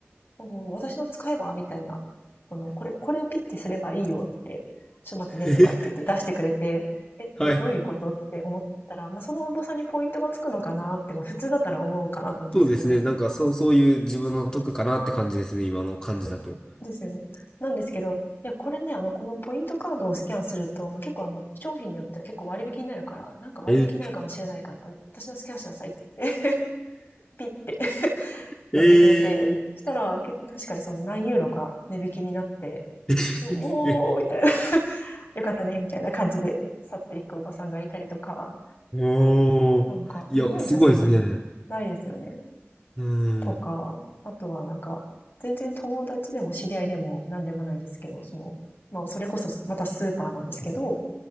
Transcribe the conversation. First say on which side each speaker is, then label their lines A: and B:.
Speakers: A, on the left; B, on the left.
A: おー私の使えばみたいな。この、これ、これをピッてすればいいよって、ちょっと待ってねとかって言って出してくれて、
B: <laughs> えへへ
A: え、
B: はい。
A: どどういうことって思ったら、まあ、その重さにポイントがつくのかなって、まあ、普通だったら思うかなと思うんですけど、
B: そうですね。なんか、そう、そういう自分の得かなって感じですね。
A: うん。
B: 今の感じだと。
A: うですよね。なんですけど、いや、これね、あの、このポイントカードをスキャンすると、もう結構あの、商品によっては結構割引になるから、なんか割引になるかもしれないから、
B: え、
A: これ、私のスキャンしなさいって言って、<laughs> ピッて <laughs> やってくれて、
B: えー
A: そしたら結構確かにその何ユーロか値引きになって、
B: <laughs>
A: おおみたいな。
B: え
A: <laughs> よかったね、みたいな感じで去っていくおばさんがいたりとか、
B: おー。
A: なんか、
B: いや、
A: 日本じゃそんなのないですよね。
B: すごいですね。うん。うん、
A: とか、あとはなんか、全然友達でも知り合いでも何でもないんですけど、その、まあ、それこそまたスーパーなんですけど、